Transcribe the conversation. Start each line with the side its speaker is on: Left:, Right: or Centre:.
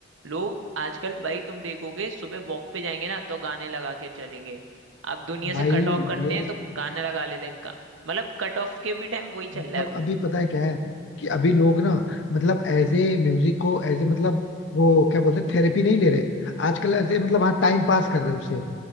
Right: लोग आजकल भाई तुम देखोगे सुबह वॉक पे जाएंगे ना तो गाने लगा के चलेंगे अब दुनिया से
Left: भाई
Right: कट ऑफ करते
Left: ये
Right: हैं तो गाना लगा लेते हैं का- मतलब कट ऑफ के भी टाइम वही
Left: मतलब
Right: चल रहा है अभी
Left: अभी पता है क्या है कि अभी लोग ना मतलब एज ए म्यूजिक को एज ए मतलब वो क्या बोलते हैं थेरेपी नहीं ले रहे आजकल ऐसे मतलब हाँ टाइम पास कर रहे हैं उसे